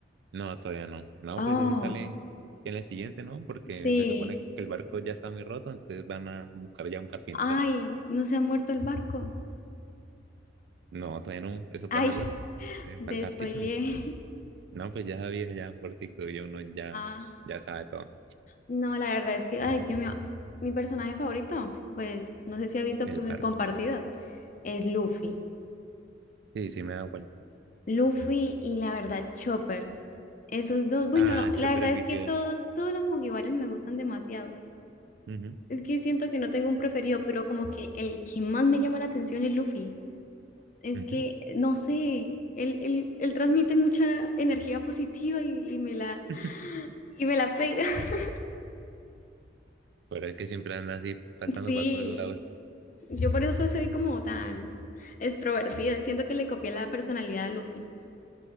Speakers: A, on the right (about 70°); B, on the left (about 45°).
A: No, todavía no. No,
B: Oh,
A: pues ese sale en el siguiente, ¿no? Porque
B: sí.
A: se supone que el barco ya está muy roto, entonces van a buscar ya un carpintero.
B: Ay, no se ha muerto el barco.
A: No, todavía no, eso
B: Ay,
A: pasa luego.
B: <laughs>
A: Eh, falta
B: te spoileé.
A: hartísimo.
B: <laughs>
A: No, pues ya sabía, ya fuerte, ya uno ya,
B: Ah,
A: ya sabe todo
B: no, la verdad es que, ay, Dios mío, mi personaje favorito, pues no sé si ha visto
A: el
B: por
A: barco.
B: mis compartidos, es Luffy.
A: Sí, sí, me he dado cuenta.
B: Luffy y la verdad, Chopper. Esos dos, bueno,
A: Ah,
B: no, la
A: Chopper
B: verdad
A: es muy
B: es que
A: tierno.
B: todos, todos los mugiwaras me gustan demasiado.
A: Ujú,
B: Es que siento que no tengo un preferido, pero como que el que más me llama la atención es Luffy. Es
A: ujú.
B: que, no sé, él, él, él transmite mucha energía positiva y, y me la,
A: <laughs>
B: y me la pega. <laughs>
A: Pero es que siempre andas así saltando
B: Sí,
A: para todos lados.
B: yo por eso soy como tan extrovertida. Siento que le copié la personalidad a Luffy.